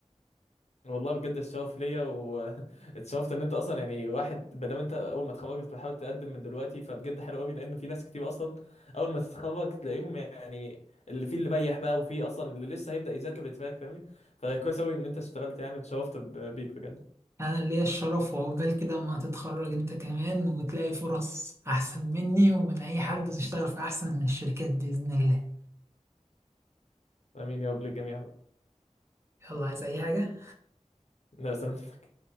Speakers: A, on the left; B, on the right.
A: والله بجد الشغف ليا واتشرفت <laughs> ان انت اصلا يعني واحد ما دام انت اول ما اتخرجت بتحاول تقدم من دلوقتي فبجد حلو قوي لان في ناس كتير اصلا اول ما تتخرج تلاقيهم يعني اللي فيه اللي بيح بقى وفيه اصلا اللي لسه هيبدأ يذاكر للتراك فاهمني فكويس قوي ان انت اشتغلت يعني واتشرفت ب- بيك بجد
B: انا ليا الشرف وعقبال كده اما تتخرج انت كمان وتلاقي فرص احسن مني ومن اي حد وتشتغل في احسن من الشركات باذن الله
A: امين يا رب للجميع
B: يلا عايز اي حاجه
A: لا سلامتك